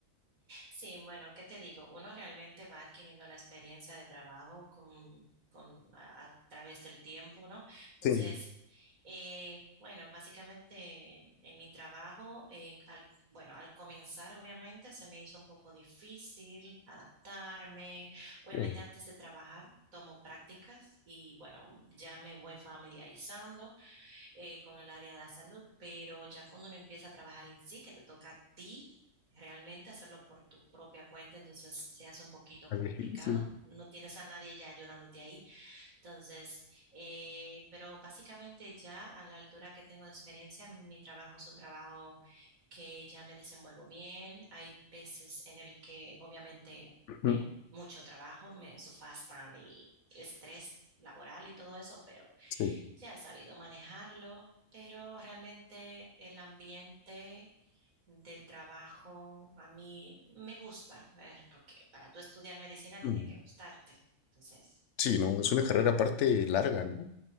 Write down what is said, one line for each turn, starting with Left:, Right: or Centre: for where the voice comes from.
Right: Sí, bueno, ¿qué te digo? Uno realmente va adquiriendo la experiencia de trabajo con, con- a, a través del tiempo, ¿no? Entonces,
Left: sí,
Right: eh, bueno, básicamente en mi trabajo, eh, al, bueno, al comenzar obviamente se me hizo un poco difícil adaptarme. Obviamente
Left: sí,
Right: antes de trabajar tomo prácticas y bueno, ya me voy familiarizando eh, con el área de la salud, pero ya cuando uno empieza a trabajar en sí, que te toca a ti realmente hacerlo por tu propia cuenta, entonces se hace un poquito
Left: es
Right: complicado,
Left: difícil.
Right: no tienes a nadie ya ayudándote ahí, entonces, eh, pero básicamente ya a la altura que tengo de experiencia, mi trabajo es un trabajo que ya me desenvuelvo bien, hay veces en el que obviamente
Left: Ujú,
Right: hay mucho trabajo, me sufastan y estrés laboral y todo eso, pero
Left: Sí.
Right: ya he sabido manejarlo, pero realmente el ambiente del trabajo a mí me gusta, eh, porque para tú estudiar medicina tiene
Left: Mm.
Right: que gustarte. Entonces,
Left: Sí, no, es una carrera aparte larga, ¿no?